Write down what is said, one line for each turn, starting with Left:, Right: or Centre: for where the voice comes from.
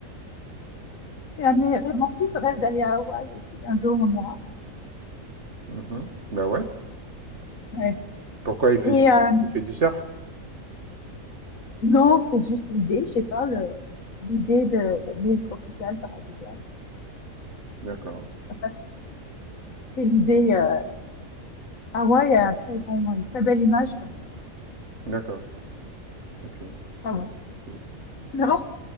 Left: C'est un de mes rêves. Mon fils rêve d'aller à Hawaï aussi. Un jour, on ira.
Right: Mhm. Ben ouais.
Left: Ouais.
Right: Pourquoi il fait,
Left: Et
Right: du-
Left: euh,
Right: il fait du surf?
Left: non, c'est juste l'idée, je sais pas, le, l'idée de l'île tropicale paradisiaque.
Right: D'accord.
Left: Enfin, c'est l'idée. Euh, Hawaï a un très bon, une très belle image quand même.
Right: D'accord. Ok.
Left: Pas bon.
Right: ok.
Left: Non,